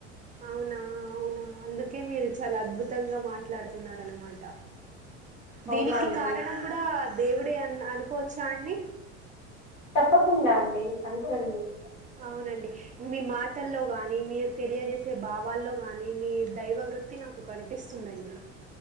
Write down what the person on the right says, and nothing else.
అవునా అవునా అందుకే మీరు చాలా అద్భుతంగా మాట్లాడుతున్నారనమాట
దీనికి
కారణం కూడా దేవుడే అ అనుకోవచ్చా అడి
అవునండి మీ మాటల్లో గాని మీరు తెలియజేసే భావాల్లో గాని మీ దైవ వృత్తి నాకు కనిపిస్తుందండి